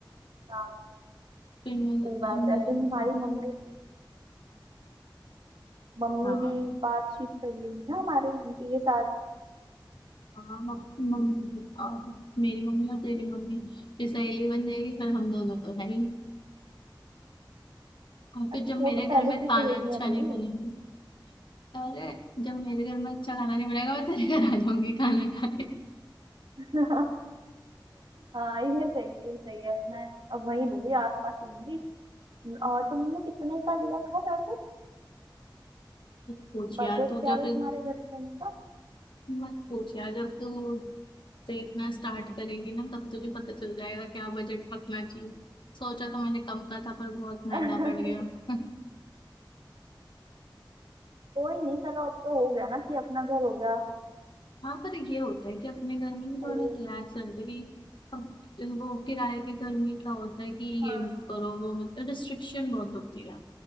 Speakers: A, on the right; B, on the left.
A: हाँ
B: फिर मिल,
A: सही बात
B: मिल
A: है फिर हमारी मम्मी भी मम्मी
B: हाँ
A: भी बातचीत कर लेंगी ना हमारी आंटी के साथ
B: हाँ मम- मम्मी और मेरी मम्मी और तेरी मम्मी फिर सहेली बन जाएगी फिर हम दोनों तो है ही और फिर
A: अरे
B: जब मेरे
A: वो तो
B: घर
A: पहले
B: में
A: से
B: खाना
A: ही सहेली
B: अच्छा
A: है भाई
B: नहीं बनेगा अरे जब मेरे घर में अच्छा खाना नहीं बनेगा मैं तेरे घर आ जाऊंगी खाना खाने
A: <laughs> हाँ ये सही है ये सही है मैं अब वही लूंगी आसपास ही लूंगी और तुमने कितने का लिया घर वैसे
B: मत पूछ
A: बजट
B: यार तू
A: क्या
B: जब
A: था तुम्हारे घर लेने का
B: मत पूछ यार जब तू देखना स्टार्ट करेंगे ना तब तुझे पता चल जाएगा क्या बजट रखना चाहिए सोचा तो मैंने कम का था पर बहुत महंगा
A: <laughs>
B: पड़ गया <laughs>
A: कोई नहीं चलो अब तो हो गया ना कि अपना घर हो गया
B: हाँ पर ये होता है कि अपने घर में ना
A: सही
B: थोड़ा रिलैक्स
A: है
B: रहते हैं कि अब वो किराए के घर में क्या होता है कि ये
A: हाँ
B: मत करो वो मत रिस्ट्रिक्शन बहुत होती है